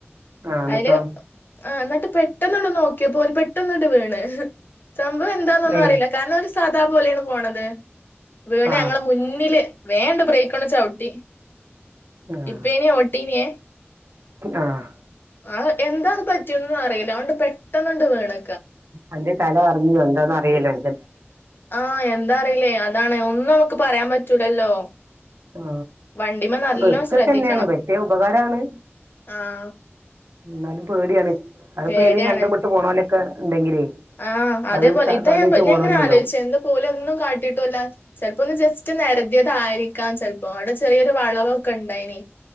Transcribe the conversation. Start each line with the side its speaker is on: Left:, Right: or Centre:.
Right: ആഹ് എന്നിട്ടോ
Left: അയിൽ ആ എന്നിട്ട് പെട്ടെന്നാണ്ട് നോക്കിയപോൾ പെട്ടെന്നണ്ട് വീണ് സംഭവം എന്താന്നൊന്നും
Right: മേ
Left: അറിയില്ല കാരണം ഒരു സാദാ പോലെയാണ് പോണത് വീണ്
Right: ആഹ്
Left: ഞങ്ങളെ മുന്നിൽ വേ അണ്ട് ബ്രേക്ക്കൊന്ന് ചവിട്ടി
Right: ആഹ്
Left: ഇപ്പേനി ഔട്ടീനിയേ
Right: ആഹ്
Left: ആ എന്താന പറ്റിയെന്ന് അറിയില്ല അതാണ്ട് പെട്ടെന്നാണ്ട് വീണ്
Right: അന്റെ തല അറിഞ്ഞുണ്ടോന്ന് അറിയില്ലേ
Left: ആഹ എന്താ അറിയില്ലേ അതാണ് ഒന്നും നമുക്ക് പറയാൻ പറ്റൂലല്ലോ
Right: ആ
Left: വണ്ടിമ്മ നല്ലോ
Right: അപ്പൊ ഇക്കെ
Left: ശ്രദ്ധിക്കണം
Right: തന്നെയാണ് പെട്ടേ ഉപകാരാണ്
Left: ആഹ്
Right: എന്നാലും പേടിയാണ് അതിപ്പോ
Left: പേടിയാണ്
Right: ഏതേങ്കിലും കണ്ടംപെട്ട് പോണലൊക്കെ ഉണ്ടെങ്കിലേ
Left: ആഹ് അതേപോലെ
Right: അത് ത-
Left: ഇതാ
Right: തള്ളിയിട്ട്
Left: ഞാൻ
Right: പോണോലും
Left: ഇങ്ങനെ
Right: ഉണ്ടാവും
Left: ആലോചിച്ചു എന്താ പോലും ഒന്നും കാട്ടിട്ടുംല്ല ചിലപ്പോന്ന് ജസ്റ്റ് ഇറ്റ് നേരതിയതായിരിക്കാം ചിലപ്പോ അവിടെ ചെറിയൊരു വളവൊക്കെണ്ടായിനി